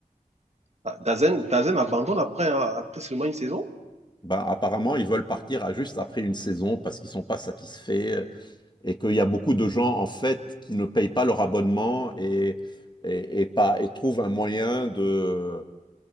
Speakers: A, on the right (about 50°); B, on the left (about 30°).
A: Ah, Dazen, Dazen abandonne après, hein, après seulement une saison?
B: Ben, apparemment, ils veulent partir à juste après une saison parce qu'ils sont pas satisfaits euh, et qu'il y a beaucoup de gens en fait qui ne payent pas leur abonnement et, et, et pas, et trouvent un moyen de,